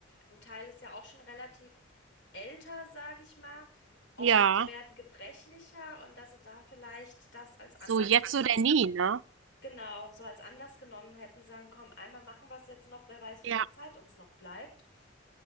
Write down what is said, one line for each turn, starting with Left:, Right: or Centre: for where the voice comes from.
Left: Ein Teil ist ja auch schon relativ älter, sage ich mal, und
Right: Ja,
Left: werden gebrechlicher und dass sie da vielleicht das als Anlass
Right: so jetzt
Left: genommen,
Right: oder nie, ne?
Left: genau, so als Anlass genommen hätten, sagen, komm, einmal machen wir es jetzt noch, wer weiß,
Right: Ja,
Left: wie viel Zeit uns noch bleibt.